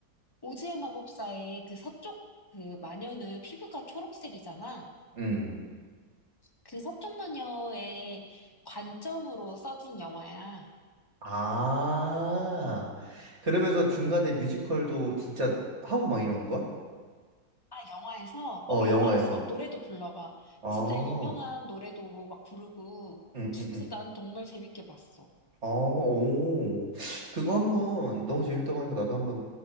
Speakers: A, on the left; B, on the right.
A: 오즈의 마법사의 그 서쪽 그 마녀는 피부가 초록색이잖아.
B: 음.
A: 그 서쪽 마녀의 관점으로 써진 영화야.
B: 아, 그러면서 중간에 뮤지컬도 진짜 하고 막 이러는 거야?
A: 아, 영화에서?
B: 어,
A: 어, 영화에서
B: 영화에서.
A: 막 노래도 불러봐.
B: 어,
A: 진짜 유명한 노래도 뭐 막 부르고,
B: 응,
A: 진짜
B: 응, 응.
A: 난 정말 재밌게 봤어.
B: 아, 오. 그거 한번 너무 재밌다고 하니까 나도 한번